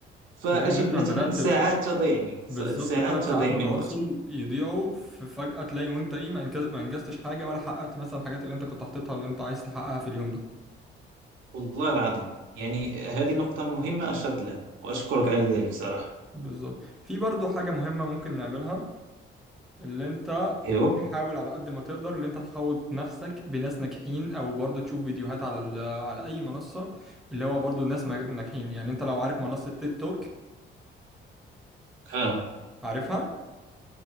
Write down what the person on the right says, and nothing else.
فأجد
مثلا
ساعات تضيع لي س-
ساعات
تضيع
من وقتي
والله العظيم يعني هذه نقطة مهمة أشرت لها وأشكرك على ذلك صراحة
أيوه
آه